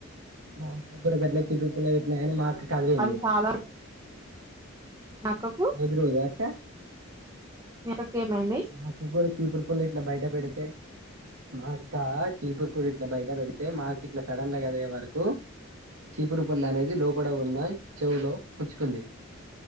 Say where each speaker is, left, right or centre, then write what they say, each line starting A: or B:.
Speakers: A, on the right; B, on the right.
A: మా అక్క కూడా గడ్లకికు పెట్న్నాయి అ మా కదిలింది
B: అది చాలా మీ అక్కకు
A: రోజు రోజా అక్క
B: మీ అక్కకి ఏమైంది
A: మాకు కూడా చూపర్ పుల్ల ఇట్లా బయట పెడతేయి మా అక్క చీపూరు కూ ఇట్లా బయట పెడితే మాకు ఇట్లా సడన్ లా కదా వరకు చీపురు పల్ళ అనేది లోపడ ఉన్నా చెవులో కుచ్చుకుంది